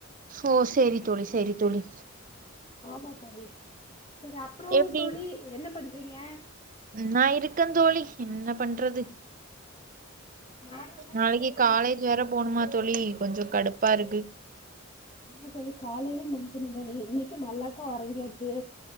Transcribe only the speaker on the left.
ஆமா தோழி சேரி அப்றோ
தோழி என்ன பண்றீங்க
நானு என்ன
சும்மாதா
இருக்கே தோழி
ஆமா தோழி காலைல்லே முழிக்கனு தோழி இன்னைக்கு மல்லாக்கா உறங்கியாச்சு